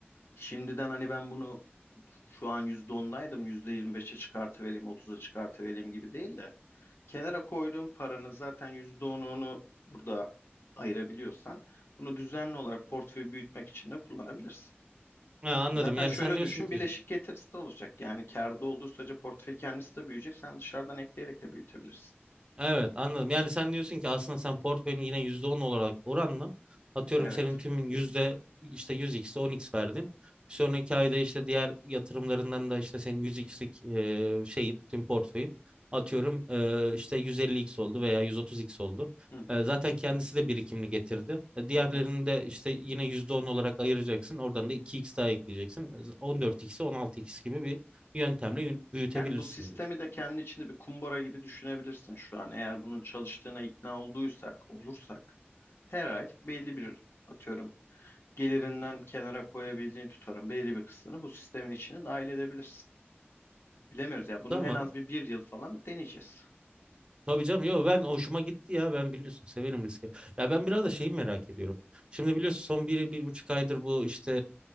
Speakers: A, on the left; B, on the right.
A: Şimdiden hani ben bunu şu an %10'daydım %25'e çıkartıvereyim otuza çıkartıvereyim gibi değil de kenara koyduğun paranın zaten yüzde onunu burada ayırabiliyorsan bunu düzenli olarak portföyü büyütmek için de kullanabilirsin.
B: Ha, anladım.
A: Zaten
B: Yani
A: şöyle
B: sen diyorsun
A: düşün,
B: ki
A: bileşik getirisi de olacak. Yani kârda olduğu sürece portföy kendisi de büyüyecek. Sen dışarıdan ekleyerek de büyütebilirsin.
B: Evet anladım. Yani sen diyorsun ki aslında sen portföyün yine %10 olarak oranla atıyorum
A: Evet.
B: senin tümün yüzde işte 100x'e on x verdin. Bir sonraki ayda işte diğer yatırımlarından da işte senin yüz xlik e, şeyin tüm portföyün atıyorum e, işte yüz elli x oldu veya yüz otuz x oldu.
A: Hı hı,
B: E, zaten kendisi de birikimini getirdi. E, diğerlerini
A: hı hı.
B: de işte yine %10 olarak ayıracaksın. Oradan da iki x daha ekleyeceksin. 14 on altı x gibi bir yöntemle yün- büyütebilirsin
A: Yani bu sistemi
B: diyorsun.
A: de kendi içinde bir kumbara gibi düşünebilirsin şu an. Eğer bunun çalıştığına ikna olduysak, olursak her ay belli bir atıyorum gelirinden kenara koyabildiğin tutarın belli bir kısmını bu sistemin içine dahil edebilirsin. Bilemiyoruz ya. Bunu
B: Tamam.
A: en az bir bir yıl falan deneyeceğiz.
B: Tabii canım yok ben hoşuma gitti ya ben biliyorsun severim riski. Ya ben biraz da şeyi merak ediyorum. Şimdi biliyorsun son bir, bir buçuk aydır bu işte